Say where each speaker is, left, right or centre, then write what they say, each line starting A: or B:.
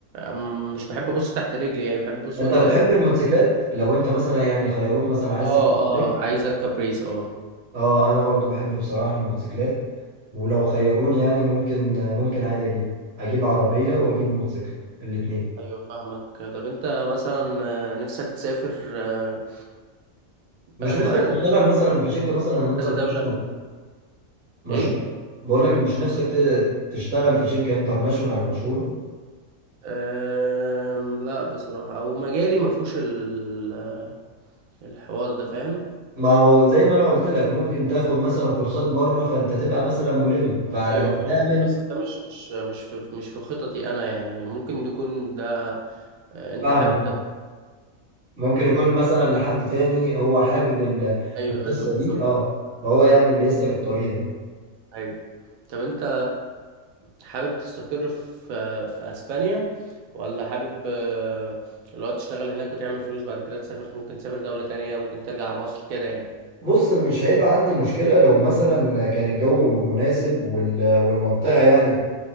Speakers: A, on the right; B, on the right.
A: آم، مش بحب ابص تحت رجلي يعني بحب ابص
B: انت
A: قدام
B: بتحب الموتوسيكلات لو انت مثلا يعني خيروك مثلا عايز
A: اه
B: تجيب موتوسيكل
A: اه عايز اركب ريس اه
B: اه انا برضو بحب بصراحه الموتوسيكلات ولو خيروني يعني ممكن ممكن عادي اجيب اجيب عربيه واجيب موتوسيكل الاثنين
A: ايوه فاهمك طب انت مثلا آه، نفسك تسافر آه،
B: مش
A: بلد
B: نفسك
A: معينه
B: تشتغل مثلا في شركه مثلا انترناشونال
A: كذا دوله
B: مشهوره
A: ايه
B: بقول لك مش نفسك ت- تشتغل في شركه انترناشونال مشهوره
A: أم لا بصراحه او مجالي ما فيهوش ال- آه، الحوار ده فاهم
B: ما هو زي ما انا قلت لك ممكن تاخد مثلا كورسات بره فانت تبقى مثلا ملم فلما
A: ايوه فاهمك
B: تعمل
A: بس ده مش مش مش في مش في خططي انا يعني ممكن تكون ده آه، انت
B: فاهمك
A: حابب
B: اه
A: ده
B: ممكن يكون مثلا لحد تاني هو حابب ال-
A: ايوه
B: القصه
A: ايوه بالظبط
B: دي اه فهو يعني اللي يسلك الطريق ده
A: ايوه طب انت حابب تستقر في في اسبانيا ولا حابب آه، اللي هو تشتغل هناك وتعمل فلوس بعد كده تسافر ممكن تسافر دولة تانية ممكن ترجع على مصر كده يعني
B: بص مش هيبقى عندي مشكله لو مثلا كان الجو مناسب وال- والمنطقه يعني